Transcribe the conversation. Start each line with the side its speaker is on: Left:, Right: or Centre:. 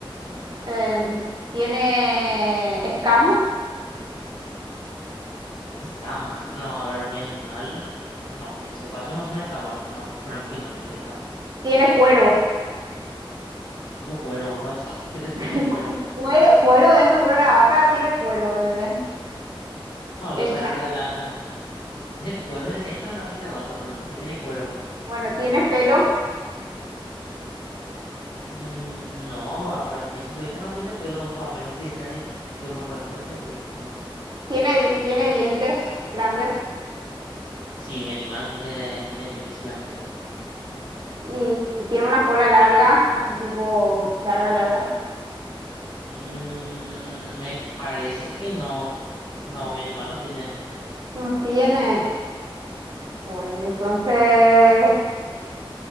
Right: Em, ¿tiene escamas?
Left: escamas. No, a ver, mi animal, no, que yo sepa, eso no son escamas. No, para mí que no, no tiene escamas.
Right: Tiene cuero.
Left: Como cuero, <laughs> o sea, ¿qué te de
Right: <laughs>
Left: cuero?
Right: Cu- Cuero, cuero, eh, por ejemplo, la vaca tiene cuero, ¿entendés?
Left: No,
Right: El
Left: o sea,
Right: chat.
Left: la, la- <laughs> El cuero es hecho de la piel de vaca, pero no es que tiene cuero.
Right: Bueno, tiene pelo.
Left: Mm, No, papá, para mí a simple vista no tiene pelo, <laughs> a menos que sea así chiquitito, pero para mí no tiene pelo. No.
Right: Tiene, tiene dientes grandes
Left: Sí, mi animal tiene, tiene dientes gigantescos, sí.
Right: y, y tiene una cola larga, así tipo larga, larga.
Left: Mm, me parece que no. No, mi animal no tiene.
Right: No tiene. Bueno, entonces,